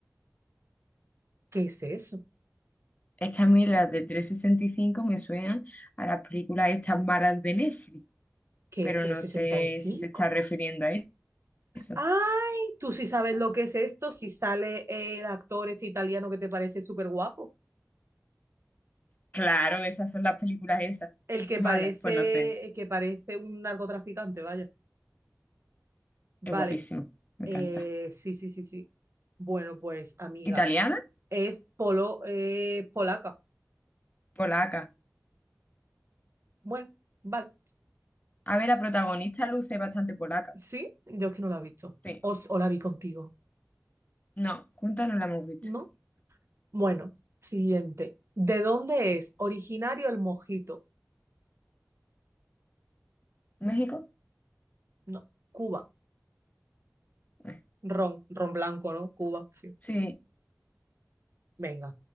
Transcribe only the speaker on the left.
Es que a mí las de 365 me suenan a las películas estas malas de Netflix,
pero
no sé
si se está refiriendo a eso.
Claro, esas son las películas esas.
Malas,
pues no sé.
Es guapísimo, me
encanta.
¿Italiana?
Polaca.
A ver, la protagonista luce bastante polaca.
Sí.
No, juntas no la hemos visto.
¿México?
Eh,
Sí.